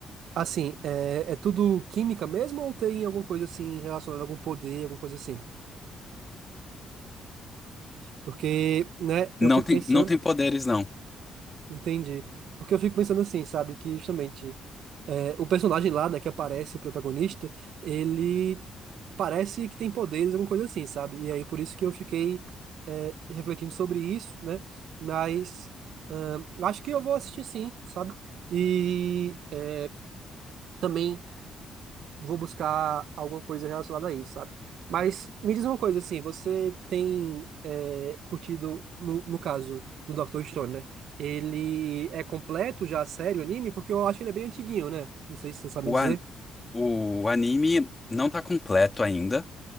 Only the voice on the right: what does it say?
assim, é, é tudo química mesmo ou tem alguma coisa, assim, relacionada a algum poder, alguma coisa assim? Porque, né,
eu fico
pensando
Entendi. Porque eu fico pensando assim, sabe, que justamente é, o personagem lá, né, que aparece, o protagonista, ele parece que tem poderes, alguma coisa assim, sabe? E aí por isso que eu fiquei é, refletindo sobre isso, né? Mas ahn, acho que eu vou assistir sim, sabe? E é, também vou buscar alguma coisa relacionada a isso, sabe? Mas me diz uma coisa, assim, você tem é, curtido, no, no caso do Dr. Stone, né? Ele é completo já, sério, o anime? Porque eu acho que ele é bem antiguinho, né? Não sei se você sabe
me dizer.